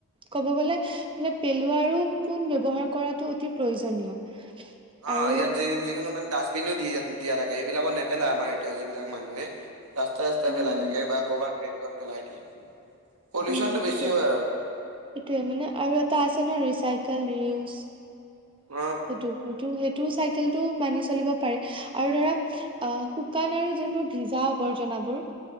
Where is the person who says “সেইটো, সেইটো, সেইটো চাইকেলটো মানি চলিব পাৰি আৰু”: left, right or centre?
Right